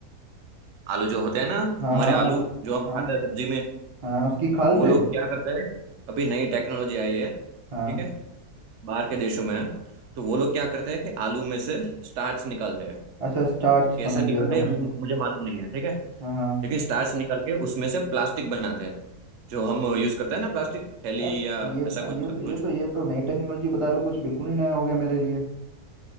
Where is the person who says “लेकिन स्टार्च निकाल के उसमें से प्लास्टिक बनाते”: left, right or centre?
Right